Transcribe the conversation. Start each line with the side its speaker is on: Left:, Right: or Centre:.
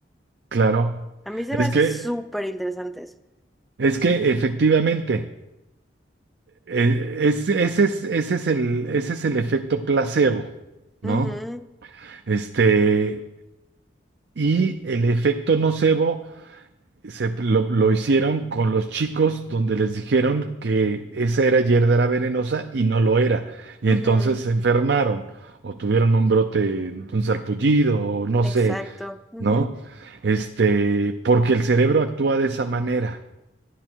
Right: claro.
Centre: A mí se
Right: Es
Centre: me hace
Right: que,
Centre: súper interesantes.
Right: es que efectivamente, eh, es- ese es, ese es el, ese es el efecto placebo,
Centre: Ujú,
Right: ¿no? Este, y
Centre: sí,
Right: el efecto nocebo se, lo, lo hicieron con los chicos donde les dijeron que esa era hierba venenosa y no lo era. Y
Centre: ujú,
Right: entonces se enfermaron o tuvieron un brote, un sarpullido o no
Centre: exacto.
Right: sé
Centre: ujú,
Right: ¿no? Este, porque el cerebro actúa de esa manera.